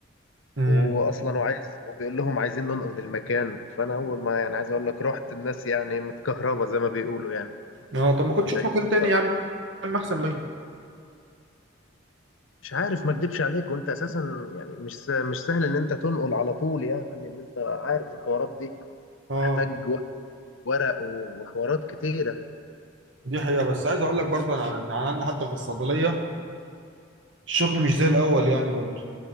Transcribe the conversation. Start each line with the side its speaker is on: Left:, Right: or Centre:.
Right: امم
Left: واصلا وعايز وبيقول لهم عايزين ننقل المكان فانا اول ما يعني عايز اقول لك رحت الناس يعني متكهربة زي ما بيقولوا يعني
Right: اه طب ما كنت
Left: متضايقين
Right: اشوف مكان تاني يا عم يا عم احسن ليه
Left: مش عارف ما اكدبش عليك وانت اساسا يعني مش س- مش سهل ان انت تنقل على طول يعني ان انت عارف الحوارات دي
Right: اه
Left: محتاج ور- ورق وحوارات كتيره
Right: دي حقيقه بس عايز اقول لك برضه انا عن- أنا عندي حتى في الصيدليه الشغل مش زي الاول يعني برضه